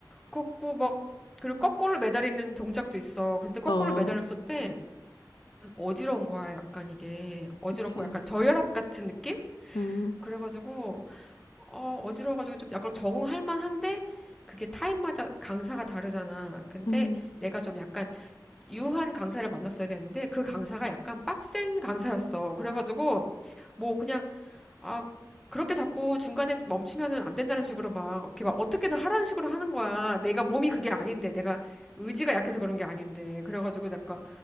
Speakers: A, in the centre; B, on the left (about 80°).
A: 그렇고 막 그리고 거꾸로 매달리는 동작도 있어. 근데 거꾸로
B: 음, 어,
A: 매달렸을 때 어지러운 거야. 약간 이게 어지럽고
B: 그치.
A: 약간 저혈압 같은 느낌?
B: 음,
A: 그래가지고 어, 어지러워가지고 좀 약간 적응할 만한데 그게 타임마다 강사가 다르잖아. 근데
B: 음,
A: 내가 좀 약간 유한 강사를 만났어야 되는데 그 강사가 약간 빡센 강사였어. 그래가지고 뭐 그냥 아, 그렇게 자꾸 중간에 멈추면은 안 된다는 식으로 막, 이렇게 막 어떻게든 하라는 식으로 하는 거야. 내가 몸이 그게 아닌데, 내가 의지가 약해서 그런 게 아닌데. 그래가지고 내가,